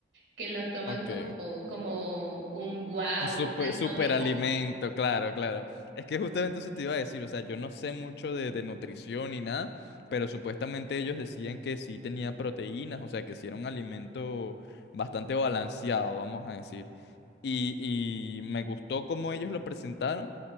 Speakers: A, on the right; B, on the left.
A: que lo toman
B: Ok.
A: como, como un wow,
B: Un super,
A: una
B: super
A: novedad.
B: alimento, claro, claro. Es que justamente eso te iba a decir, o sea, yo no sé mucho de, de nutrición ni nada, pero supuestamente ellos decían que sí tenía proteínas, o sea, que sí era un alimento bastante balanceado, vamos a decir. Y, y me gustó cómo ellos lo presentaron.